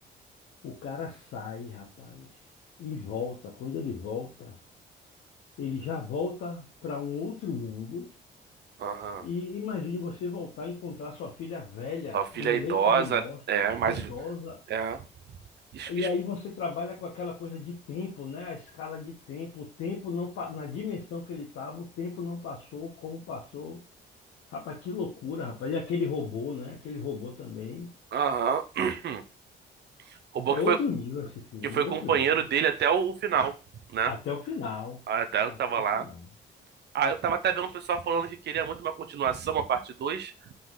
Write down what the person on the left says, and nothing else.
O cara sai, rapaz, e volta. Quando ele volta ele já volta para um outro mundo.
E imagine você voltar e encontrar sua filha velha
no
leito
de morte,
idosa.
E
aí você trabalha com aquela coisa de tempo, né? A escala de tempo, o tempo não pa- na dimensão que ele estava, o tempo não passou, como passou. Rapaz, que loucura, rapaz. E aquele robô, né? Aquele robô também.
É
outro
nível esse filme,
outro
nível.
Até o final.
Até
o
final.